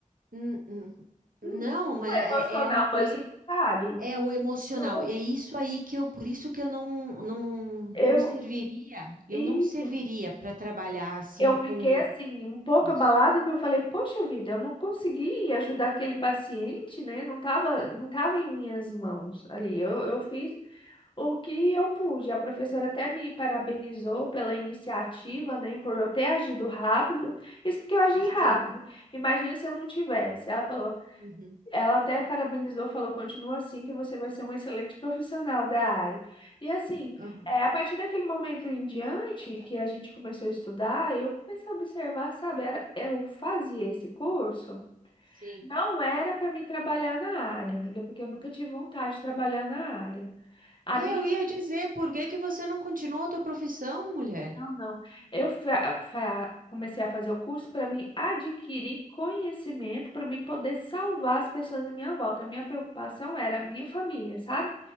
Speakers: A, on the right (about 90°); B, on the left (about 35°).
A: N- n-
B: Uhum.
A: Não,
B: um vínculo
A: mas é,
B: emocional
A: é uma coisa,
B: ali, sabe?
A: é o emocional.
B: Então,
A: É isso aí que eu, por isso que eu não, não, não
B: eu,
A: serviria, eu
B: isso,
A: não serviria para trabalhar assim
B: eu fiquei
A: com
B: assim, um pouco
A: isso.
B: abalada, porque eu falei, poxa vida, eu não consegui ajudar aquele paciente, né? Não tava, não tava em minhas mãos ali. Eu, eu fiz o que eu pude. A professora até me parabenizou pela iniciativa,
A: Uhum,
B: né? Por eu ter agido rápido. Isso porque eu agi rápido.
A: Sim,
B: Imagina se eu não tivesse. Ela falou,
A: uhum,
B: Ela até parabenizou, falou, continua assim que você vai ser um excelente profissional da área. E assim,
A: aham,
B: é, a partir daquele momento em diante que a gente começou a estudar, eu comecei a observar, sabe, era, eu fazia esse curso,
A: Sim.
B: não era para me trabalhar na área, amiga, porque eu nunca tive vontade de trabalhar na área. A
A: É,
B: minha
A: Eu ia dizer, por que que você não continuou a tua profissão, mulher?
B: Não, não. Eu fa- fa- comecei a fazer o curso para me adquirir conhecimento, para mim poder salvar as pessoas à minha volta. A minha preocupação era a minha família, sabe?